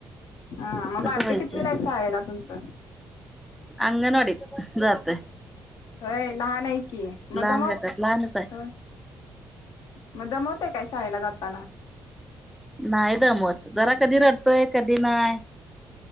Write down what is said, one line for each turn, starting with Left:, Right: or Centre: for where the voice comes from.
Left: हा मग
Centre: कसं
Left: बारक
Centre: व्हायचं
Left: कितीवीला शाहाळेला तुमचं
Centre: अंगणवाडीत जातोय.
Left: होय लहान नाही की मग
Centre: लहान
Left: दमावतोय
Centre: गटात लहानच आहे
Left: मग दमवतंय काय शाळेला जाताना.
Centre: नाही दमवत जरा कधी रडतोय कधी नाय